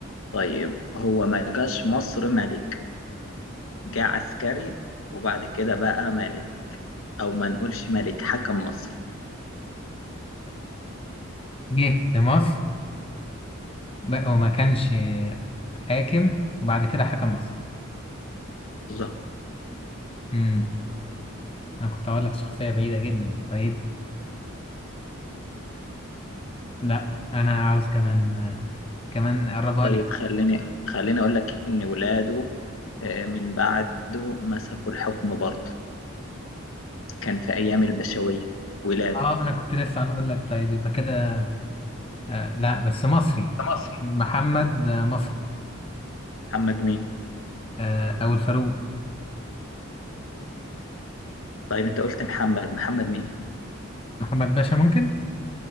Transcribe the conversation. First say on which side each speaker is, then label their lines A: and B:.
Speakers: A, on the left; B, on the left.
A: طيب هو ما جاش مصر ملك جه عسكري وبعد كده بقى ملك أو ما نقولش ملك حكم مصر
B: جه لمصر بقى وما كانش حاكم وبعد كده حكم مصر
A: بالظبط
B: مم. انا كنت اقول لك شخصية بعيدة جدا طيب لا انا عاوز كمان آه، كمان اقربها
A: طيب
B: لك
A: خليني خليني أقول لك إن ولاده آه، من بعده مسكوا الحكم برضه كان في أيام البشوية ولاده
B: اه انا كنت لسه هنقول لك طيب يبقى كده آه لا بس مصري
A: ده مصري
B: محمد آه، مصري
A: محمد مين
B: آه او الفاروق
A: طيب انت قلت محمد محمد مين
B: محمد باشا ممكن